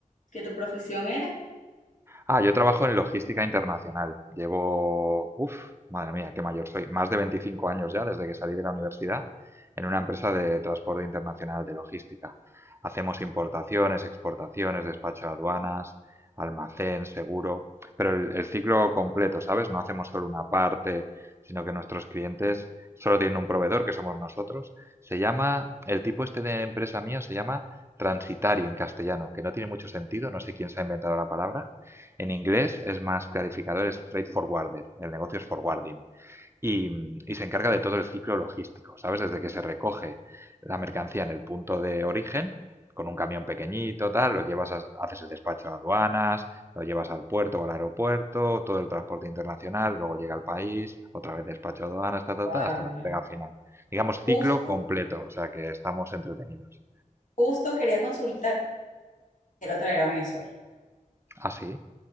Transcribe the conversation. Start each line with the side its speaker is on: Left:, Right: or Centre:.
Left: que tu profesión era.
Right: Ah, yo trabajo en logística internacional. Llevo, uff, madre mía, qué mayor soy. Más de 25 años ya desde que salí de la universidad en una empresa de transporte internacional de logística. Hacemos importaciones, exportaciones, despacho de aduanas, almacén, seguro, pero el, el ciclo completo, ¿sabes? No hacemos solo una parte, sino que nuestros clientes solo tienen un proveedor, que somos nosotros. Se llama, el tipo este de empresa mío se llama transitario en castellano, que no tiene mucho sentido, no sé quién se ha inventado la palabra en inglés es más clarificador, es freight forwarder, el negocio es forwarding y, y se encarga de todo el ciclo logístico, ¿sabes? Desde que se recoge la mercancía en el punto de origen, con un camión pequeñito, tal, lo llevas, a- haces el despacho a aduanas, lo llevas al puerto o al aeropuerto, todo el transporte internacional, luego llega al país, otra vez despacho a aduanas, ta, ta,
Left: Wow.
Right: ta, hasta la entrega final. Digamos, ciclo
Left: Justo,
Right: completo, o sea que estamos entretenidos.
Left: justo quería consultar, quiero traer a Venezuela.
Right: Ah, sí,